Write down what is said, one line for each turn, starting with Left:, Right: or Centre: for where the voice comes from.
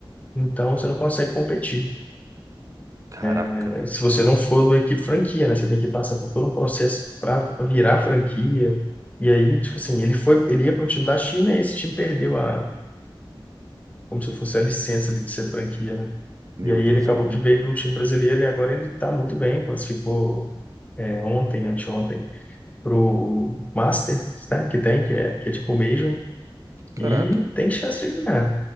Left: Então, você não consegue competir.
Right: Caraca,
Left: Eh, Se você não for da equipe franquia, né? Você tem que passar por todo um processo para virar franquia. E aí, tipo assim, ele foi, ele ia para um time da China e esse time perdeu a, como se fosse a licença ali de ser franquia, né?
Right: meu
Left: E aí
Right: Deus
Left: ele acabou
Right: amado.
Left: que veio para um time brasileiro e agora ele está muito bem, classificou é, ontem, anteontem, para o Masters, né, que tem, que é, que é tipo o Major,
Right: Caraca.
Left: e tem chance de ganhar.